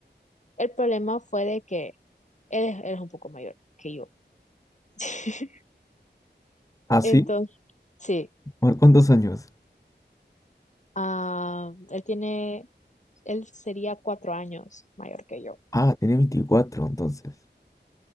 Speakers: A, on the left; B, on the left.
A: El problema fue de que él, es- él es un poco mayor que yo. <laughs>
B: ¿Ah, sí?
A: Entonces, sí,
B: ¿Por cuántos años?
A: ah, él tiene, él sería cuatro años mayor que yo.
B: Ah, tenía 24 entonces.